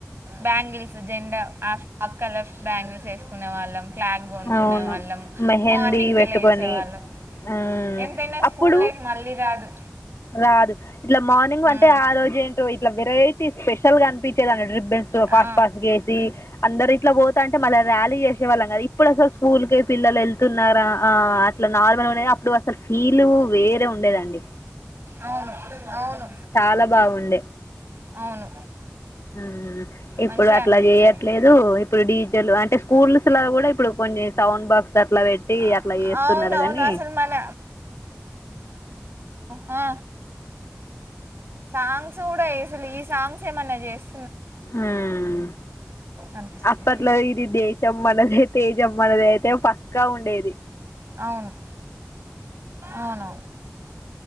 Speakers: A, on the right; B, on the left.
A: బ్యాంగిల్స్ జెండా ఆ ఫ్లాగ్ కలర్ బ్యాంగిల్స్ వేసుకునే వాళ్ళం ఫ్లాగ్ కొనుకునే
B: అవును
A: వాళ్ళం
B: మెహందీ
A: మార్నింగ్
B: పెట్టుకొని
A: లేచే వాళ్ళం
B: మ్మ్
A: ఎంతైనా స్కూల్
B: అప్పుడు
A: లైఫ్ మళ్ళీ రాదు
B: రాదు ఇట్లా మార్నింగ్
A: ఉమ్,
B: అంటే ఆ రోజు ఏంటో ఇట్లా వెరైటీ స్పెషల్ గా అనిపించేది అన్నటు రిబ్బన్స్ ఫాస్ట్
A: ఆ,
B: ఫాస్ట్ గా యేసి అందరి ఇట్లా పోతా అంటే మళ్ళా ర్యాలీ చేసేవాళ్ళం కదా ఇప్పుడు అసలు స్కూల్ కే పిల్లలు వెళ్తున్నారా ఆ అట్లా నార్మల్ ఉండది అప్పుడు అసలు ఫీల్ వేరే ఉండేదండి
A: అవును అవును
B: చాలా బాగుండే
A: అవును
B: మ్ ఇప్పుడు
A: మంచిగా
B: అట్లా
A: అనిపించేది
B: చేయట్లేదు ఇప్పుడు అంటే స్కూల్స్ లా కూడా ప్పుడు కోన్ని సౌండ్ బాక్స్ అట్లా పెట్టి
A: ఆ-
B: అట్లా చేస్తున్నారు
A: అవునవును
B: కాని
A: అసలు మన ఆ సాంగ్స్ కూడా ఎసలు ఈ సాంగ్స్ ఏమన్నా చేస్
B: ఉమ్
A: అనిపిస్తుంది
B: అప్పట్లో ఇది దేశం మానదే తేజం మానదే అంటె పక్కా ఉండేది
A: అవును అవును